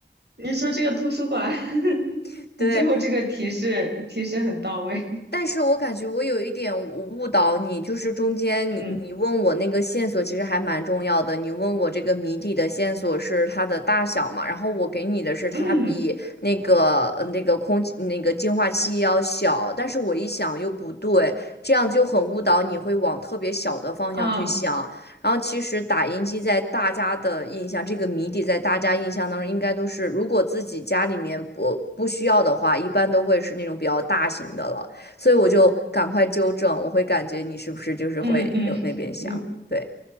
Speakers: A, on the right; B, on the left.
A: 你说这个图书馆，<laughs>
B: <laughs>
A: 你最后这个提示提示很到位。
B: 对。但是我感觉我有一点误误导你，就是中间你你问我那个线索其实还蛮重要的，
A: 嗯
B: 你问我这个谜底的线索是它的大小嘛，然后我给你的是它比那个呃那个空气那个净化器要小，
A: 嗯
B: 但是我一想又不对，这样就很误导你会往特别小的方向去想，
A: 啊
B: 然后其实打印机在大家的印象，这个谜底在大家印象当中应该都是，如果自己家里面不不需要的话，一般都会是那种比较大型的了。所以我就赶快纠正，我会感觉你是不是就是会有那边想，
A: 嗯嗯，嗯，
B: 对，